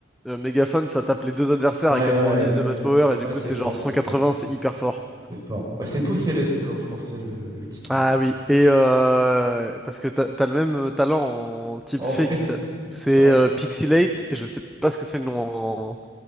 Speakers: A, in the centre; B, on the right.
A: euh, mégaphone, ça tape les deux adversaires
B: Ouais,
A: à 90
B: ouais, ouais,
A: de base power et du
B: Ouais,
A: coup,
B: c'est
A: c'est
B: fort,
A: genre 180,
B: c'est fort,
A: c'est hyper fort.
B: c'est fort. Ouais, c'est Peau Céleste euh, en français le, le titre.
A: Ah
B: hein.
A: oui, et euh, parce que t'as, t'as le même euh, talent en type
B: En
A: fée
B: fait,
A: qui s'a- c'est
B: ouais.
A: euh, Pixelate et je sais pas ce que c'est le nom en,